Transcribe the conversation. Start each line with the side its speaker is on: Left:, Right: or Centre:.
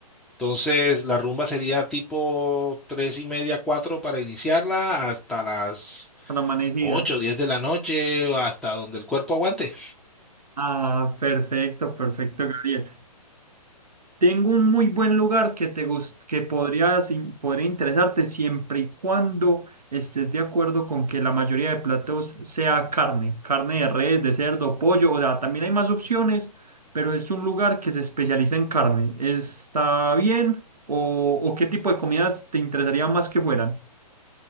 Centre: Entonces, la rumba sería tipo 3 y media, 4 para iniciarla hasta las
Right: para la amanecida.
Centre: ocho diez de la noche, o hasta donde el cuerpo aguante.
Right: Ah, perfecto, perfecto, Gabriel. Tengo un muy buen lugar que te gust- que podrías in- podría interesarte siempre y cuando estés de acuerdo con que la mayoría de platos sea carne, carne de res, de cerdo, pollo, o sea, también hay más opciones, pero es un lugar que se especializa en carne. ¿Está bien? ¿O, o qué tipo de comidas te interesaría más que fueran?